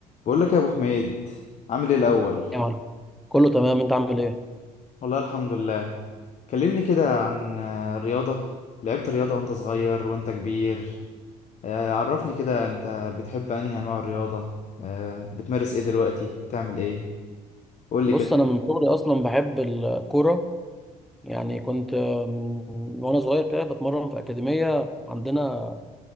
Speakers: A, on the left (about 50°); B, in the centre.
A: بقول لك يا ابو حميد عامل ايه الاول
B: يا معلم كله تمام انت عامل ايه
A: والله الحمد لله كلمني كده عن آه، الرياضه لعبت رياضه وانت صغير وانت كبير آه، عرفني كده انت بتحب انهي انواع الرياضه آه، بتمارس ايه دلوقتي بتعمل ايه قول لي
B: بص
A: كده
B: انا من صغري اصلا بحب الكوره يعني كنت من- وانا صغير كده بتمرن في اكاديميه عندنا